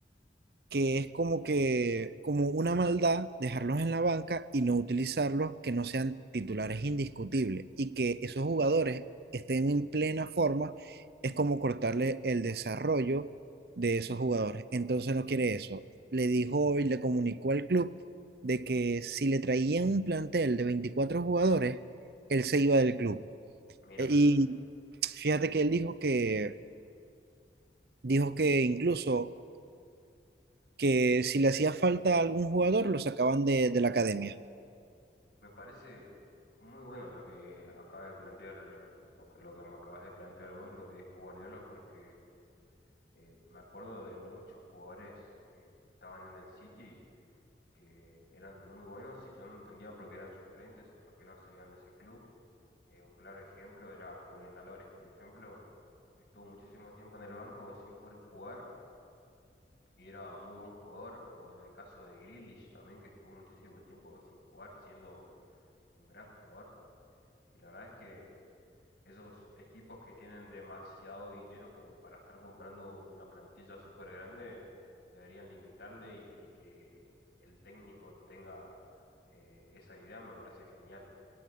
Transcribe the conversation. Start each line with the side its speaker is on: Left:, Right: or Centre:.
Right: que es como que, como una maldad dejarlos en la banca y no utilizarlos que no sean titulares indiscutibles y que esos jugadores estén en plena forma, es como cortarle el desarrollo de esos jugadores. Entonces no quiere eso. Le dijo y le comunicó al club de que si le traían un plantel de 24 jugadores, él se iba del club.
Left: mira.
Right: E- Y fíjate que él dijo que, dijo que incluso que si le hacía falta a algún jugador, lo sacaban de, de la academia.
Left: Me parece muy bueno lo que acaba de plantear, o que lo que me acabas de plantear vos, lo que dijo Guardiola, porque eh, me acuerdo de muchos jugadores que estaban en el City que eran muy buenos y yo no entendía por qué eran suplentes o por qué no se iban de ese club. Eh, un claro ejemplo era Julián Álvarez, por ejemplo, que estuvo muchísimo tiempo en el banco sin poder jugar y era muy buen jugador. O en el caso de Grealish también, que estuvo muchísimo tiempo sin jugar, siendo un gran jugador. Y la verdad es que esos equipos que tienen demasiado dinero como para estar comprando una plantilla súper grande, deberían limitarle y, y que el técnico tenga eh, esa idea, me parece genial.